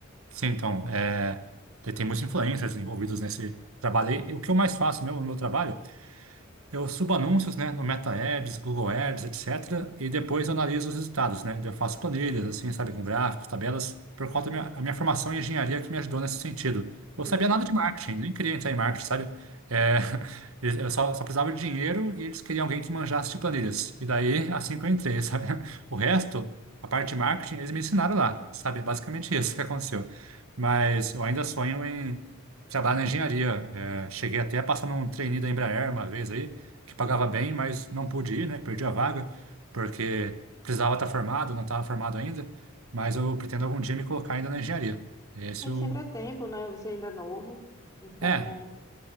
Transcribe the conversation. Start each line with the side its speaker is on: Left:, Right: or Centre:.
Right: Sim, então, é, tem muitos influencers envolvidos nesse trabalho. E o que eu mais faço mesmo no meu trabalho eu subo anúncios, né, no Meta Ads, Google Ads, etc. E depois eu analiso os resultados, né? Eu faço planilhas, assim, sabe, com gráficos, tabelas, por conta da minha, a minha formação em engenharia que me ajudou nesse sentido. Eu
Left: Sim,
Right: sabia nada de
Left: sim.
Right: marketing, nem queria entrar em marketing, sabe? É, <laughs> eu só, só precisava de dinheiro e eles queriam alguém que manjasse de planilhas. E daí, assim que eu entrei, sabe? <laughs> O resto, a parte de marketing, eles me ensinaram lá, sabe? É Basicamente isso que aconteceu. Mas eu ainda sonho em trabalhar na engenharia. É, cheguei até a passar num trainee da Embraer uma vez aí, que pagava bem, mas não pude ir, né? Perdi a vaga, porque precisava estar formado, não estava formado ainda, mas eu pretendo algum dia me colocar ainda na engenharia. Esse
Left: Aí
Right: o.
Left: sempre é tempo, né? Você ainda é novo, então,
Right: É,